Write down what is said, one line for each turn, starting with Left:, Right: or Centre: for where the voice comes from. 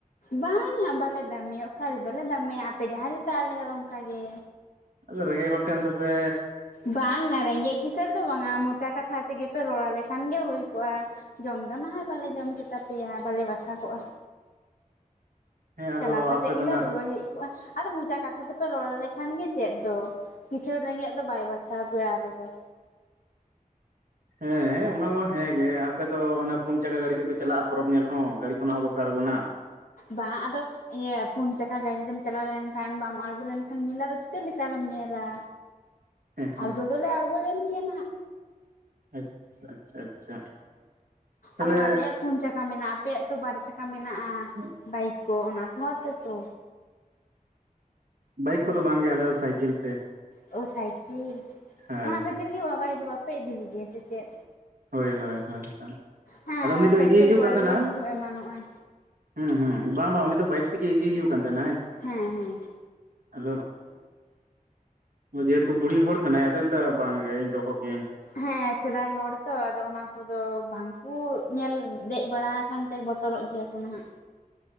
Left: ᱵᱟᱝ-ᱟ ᱵᱟᱞᱮ ᱫᱟᱢᱤᱭᱟ ᱚᱠᱟ ᱨᱮ ᱫᱚ ᱞᱮ ᱫᱟᱢᱤᱭᱟ ᱟᱯᱮ ᱡᱟᱦᱟᱸ ᱞᱮᱠᱟ ᱟᱞᱮ ᱦᱚᱸ ᱚᱱᱠᱟᱟᱜ ᱜᱮ
Right: ᱟᱫᱚ ᱨᱮᱸᱜᱮᱡ ᱦᱚᱲ ᱴᱮᱱ ᱫᱚ ᱯᱮ
Left: ᱵᱟᱝᱼᱟ ᱨᱮᱸᱜᱮᱡ ᱠᱤᱥᱟᱬ ᱫᱚ ᱵᱟᱝᱟ ᱢᱚᱪᱟ ᱠᱟᱛᱷᱟ ᱛᱮᱜᱮ ᱯᱮ ᱨᱚᱲ ᱟᱞᱮᱠᱷᱟᱱ ᱜᱮ ᱦᱩᱭ ᱠᱚᱜᱼᱟ ᱡᱚᱢ ᱫᱚ ᱱᱟᱦᱟᱭ ᱵᱟᱞᱮ ᱡᱚᱢ ᱠᱮᱛᱟ ᱯᱮᱭᱟ ᱵᱟᱞᱮ ᱵᱟᱥᱟ ᱠᱚᱜᱼᱟ
Right: ᱦᱮᱸ
Left: ᱪᱟᱞᱟᱣ
Right: ᱟᱫᱚ
Left: ᱠᱟᱛᱮᱜ
Right: ᱟᱯᱮ
Left: ᱜᱮᱞᱮ
Right: ᱫᱚ ᱱᱟᱜ
Left: ᱨᱩᱣᱟᱹᱲ ᱦᱮᱡ ᱠᱚᱜᱼᱟ ᱟᱫᱚ ᱢᱟᱪᱟ ᱠᱟᱛᱷᱟ ᱛᱮᱯᱮ ᱨᱚᱲ ᱟᱞᱮᱠᱷᱟᱱ ᱜᱮ ᱪᱮᱫ ᱫᱚ ᱠᱤᱥᱟᱹᱬ ᱨᱮᱸᱜᱮᱡ ᱫᱚ ᱵᱟᱭ ᱵᱟᱪᱷᱟᱣᱟ ᱯᱮᱲᱟ ᱨᱮᱫᱚ
Right: ᱦᱮᱸ ᱚᱱᱟ ᱢᱟ ᱦᱮᱸ ᱜᱮ ᱟᱯᱮ ᱫᱚ ᱚᱱᱟ ᱯᱩᱱ ᱪᱟᱠᱟ ᱜᱟᱹᱰᱤ ᱛᱮᱯᱮ ᱪᱟᱞᱟᱜᱼᱟ ᱯᱚᱨᱚᱵᱽ ᱧᱮᱞ ᱦᱚᱸ ᱜᱟᱹᱲᱤ ᱠᱷᱚᱱᱟᱜ ᱦᱚᱸ ᱵᱟᱯᱮ ᱟᱬᱜᱚᱱᱟ
Left: ᱵᱟᱝ ᱟᱫᱚ ᱤᱭᱟᱹ ᱯᱩᱱ ᱪᱟᱠᱟ ᱜᱟᱹᱰᱤ ᱛᱮᱢ ᱪᱟᱞᱟᱣ ᱞᱮᱱᱠᱷᱟᱱ ᱵᱟᱢ ᱟᱬᱜᱚ ᱞᱮᱱᱠᱷᱟᱱ ᱢᱮᱞᱟ ᱫᱚ ᱪᱤᱠᱟᱹᱞᱮᱠᱟ ᱨᱮᱢ ᱧᱮᱞᱟ
Right: ᱦᱮᱸ ᱦᱮᱸ
Left: ᱟᱲᱜᱚ ᱫᱚᱞᱮ ᱟᱲᱜᱚ ᱞᱮᱱ ᱜᱮᱭᱟ ᱱᱟᱦᱟᱜ
Right: ᱟᱪᱪᱷᱟ ᱟᱪᱪᱷᱟ ᱟᱪᱪᱷᱟ ᱛᱟᱦᱞᱮ
Left: ᱟᱫᱚ ᱟᱞᱮᱭᱟᱜ ᱯᱩᱱ ᱪᱟᱠᱟ ᱢᱮᱱᱟᱜᱼᱟ ᱟᱯᱮᱭᱟᱜ ᱛᱚ ᱵᱟᱨ ᱪᱟᱠᱟ ᱢᱮᱱᱟᱜᱼᱟ
Right: ᱦᱮᱸ <inaudible>
Left: ᱵᱟᱭᱤᱠ ᱠᱚ ᱚᱱᱟ ᱠᱚᱦᱚᱸ ᱛᱮ-ᱛᱚ
Right: ᱵᱟᱭᱤᱠ ᱠᱚᱫᱚ ᱵᱟᱝ ᱜᱮ ᱟᱞᱮ ᱫᱚ ᱥᱟᱭᱠᱤᱞ ᱛᱮ
Left: ᱚ ᱥᱟᱭᱠᱤᱞ
Right: ᱦᱳᱭ
Left: ᱚᱱᱟ ᱠᱷᱟᱹᱛᱤᱨ ᱜᱮ ᱵᱟᱵᱟ ᱟᱭᱩ ᱫᱚ ᱵᱟᱯᱮ ᱤᱫᱤ ᱞᱮᱫᱮᱭᱟ ᱥᱮ ᱪᱮᱫ
Right: ᱦᱳᱭ ᱦᱳᱭ ᱦᱳᱭ
Left: ᱦᱮᱸ
Right: ᱟᱫᱚ ᱩᱱᱤ ᱫᱚ
Left: ᱥᱟᱭᱠᱮᱞ
Right: ᱤᱫᱤᱭᱮ ᱦᱩᱭᱩᱜ
Left: ᱠᱚᱨᱮ
Right: ᱠᱟᱱ ᱛᱟᱦᱮᱱᱟ
Left: ᱫᱚ ᱧᱩᱨᱩᱜ ᱮᱢᱟᱱᱚᱜᱼᱟᱭ
Right: ᱦᱩᱸ ᱦᱩᱸ ᱵᱟᱝ ᱵᱟᱝ ᱩᱱᱤ ᱫᱚ ᱵᱟᱭᱤᱠ ᱛᱤᱜᱤ ᱤᱫᱤᱭᱮ ᱦᱩᱭᱩᱜ ᱠᱟᱱ ᱛᱟᱦᱮᱱᱟ
Left: ᱦᱮᱸ ᱦᱮᱸ
Right: ᱟᱫᱚ ᱡᱮᱦᱮᱛᱩ ᱵᱩᱲᱦᱤ ᱦᱚᱲ ᱠᱟᱱᱟᱭ ᱟᱫᱚᱭ ᱞᱮᱭ ᱫᱟ ᱵᱟᱝ ᱜᱮ ᱤᱧ ᱫᱚ ᱦᱚ ᱠᱤᱭᱟᱹᱧ
Left: ᱦᱮᱸ ᱥᱮᱫᱟᱭ ᱦᱚᱲ ᱛᱚ ᱟᱫᱚ ᱚᱱᱟ ᱠᱚᱫᱚ ᱵᱷᱟᱝ ᱠᱚ <unintelligible> ᱧᱮᱞ ᱫᱮᱡ ᱵᱟᱲᱟ ᱟᱠᱟᱱ ᱛᱮ ᱵᱚᱛᱚᱨᱚᱜ ᱜᱮᱭᱟ ᱠᱚ ᱱᱟᱦᱟᱜ